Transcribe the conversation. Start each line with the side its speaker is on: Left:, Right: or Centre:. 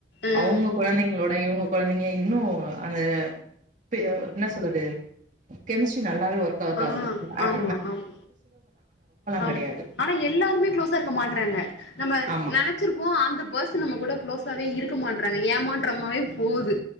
Left: ம்
Right: அவங்க கொழந்தைங்ளோட இவங்க குழந்தைங்க இன்னு அந்த பெ என்ன சொல்லுறு கெமிஸ்ட்ரி நல்லாவே ஒர்க் அவுட்
Left: ஆ
Right: ஆகுது
Left: ஆ
Right: ஆப்
Left: ஆமா ஆம் ஆம்
Right: கெடையாது
Left: ஆனா எல்லாருமே க்ளோஸா இருக்க மாட்றாங்க நம்ம
Right: ஆமா
Left: நெனைச்சிருப்போ அந்த பர்ஸ் து நம்மக்கூட க்ளோஸ்வே இருக்க மாட்றாங்க ஏமாற்றமாவே போகுது